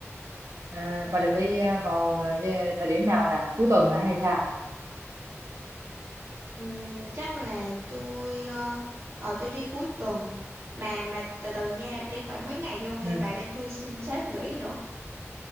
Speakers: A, on the right; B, on the right.
A: à, bà định đi ờ, vào ờ, thời điểm nào nè cuối tuần hả hay sao
B: Ừm, chắc là tôi ờ ờ, tôi đi cuối tuần mà mà từ từ nha đi khoảng mấy ngày thì ok
A: ừ.
B: bà để tôi xin sếp nghỉ nữa